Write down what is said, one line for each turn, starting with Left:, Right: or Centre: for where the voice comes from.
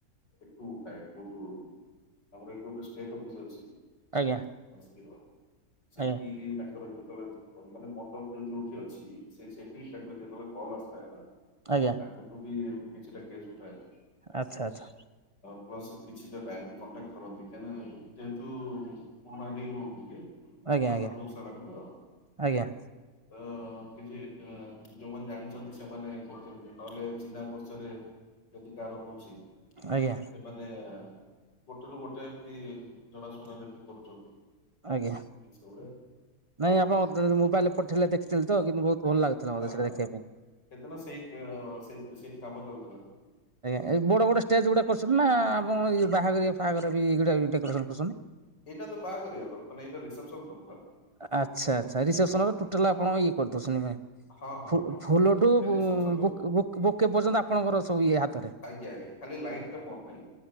Left: ଟୁର ଥାଏ କୋଉଠୁ ଆମର ଏଇଠି ଗୋଟେ ଷ୍ଟେଟ ଅଫିସ ଅଛି।
Right: ଆଜ୍ଞା
Left: <unintelligible> ସେଠି
Right: ଆଜ୍ଞା
Left: ତାଙ୍କର ଯେତେବେଳେ। ମାନେ ମଣ୍ଡପ ଯୋଉ ଯୋଉଠି ଅଛି ସେ ସେଠି ତାଙ୍କର ଯେତେବେଳେ କଲ୍ ଆସିଥାଏ ନା।
Right: ଆଜ୍ଞା।
Left: ତାଙ୍କଠୁ ବି କିଛିଟା କେସ୍ ଉଠାଏ।
Right: ଆଚ୍ଛା ଆଚ୍ଛା।
Left: ପ୍ଲସ କିଛିଟା ଡାଇରେକ୍ଟ କଣ୍ଟାକ୍ କରନ୍ତି କାହିଁକି ଯେହେତୁ ପୁରୁଣା ହେଇଗଲୁଣୁ ଟିକେ।
Right: ଆଜ୍ଞା
Left: ପାଞ୍ଚ
Right: ଆଜ୍ଞା
Left: ସାତ ବର୍ଷ ହେଇ ଗଲାଣି
Right: ଆଜ୍ଞା
Left: ତ ତ କିଛି ଯୋଉମାନେ ଜାଣିଛନ୍ତି ସେମାନେ କରୁଛନ୍ତି ନହେଲେ ଚିହ୍ନା ପରରିଚୟରେ ଯଦି କାହାର ହଉଛି।
Right: ଆଜ୍ଞା।
Left: ସେମାନେ ଗୋଟେରୁୁ ଗୋଟେ ଏମିତି ଜଣାଶୁଣାରେ ବି କରୁଛନ୍ତି।
Right: ଆଜ୍ଞା।
Left: ଇଏ ସେଇଭଳିଆ।
Right: ନାଇଁ ଆପଣ ମୋବାଇଲରେ ପଠେଇଲେ ଦେଖଥିଲେ ତ କିନ୍ତୁ ବହୁତ ଭଲ ଲାଗୁଥିଲା
Left: ହଁ
Right: ମତେ ସେଟା
Left: ହଁ
Right: ଦେଖିବା ପାଇଁ।
Left: ସେଦିନ ସେଇ ସେ ସେଇଠି କାମ ଚାଲୁ।
Right: ଆଜ୍ଞା ଏ ବଡ଼ ବଡ଼ ଷ୍ଟେଜ୍ ଗୁଡ଼ା କରୁଛନ୍ତି ନା ଆପଣ ଇଏ ବାହାଘରିଆ ଫାହାଘର ବି ଗୋଟା ଡେକୋରେସନ୍ କରୁଛନ୍ତି।
Left: ଏଇଟା ତ ବାହାଘରିଆ ବର୍ତ୍ତମାନ ଏଇଟା ରିସେପ୍ସନ ପଡ଼ିଥିଲା ନା।
Right: ଆଚ୍ଛା ଆଚ୍ଛା ରିସେପ୍ସନ ର ଟୋଟାଲ ଆପଣ ଇଏ କରିଦଉଛନ୍ତି।
Left: ହଁ ହଁ
Right: ଫୁଲ୍
Left: ହଁ
Right: ଫୁଲଠୁ
Left: ହଁ ଏଇଟା
Right: ବୁ
Left: ରିସେପସନ ର
Right: ବୁକ୍ ବୁକ୍ ବୁକେ ପର୍ଯ୍ୟନ୍ତ ଆପଣଙ୍କର ସବୁ ଇଏ ହାତରେ।
Left: ଆଜ୍ଞା ଆଜ୍ଞା ଖାଲି ଲାଇଟ୍ ଟା ମୋର ନାହିଁ।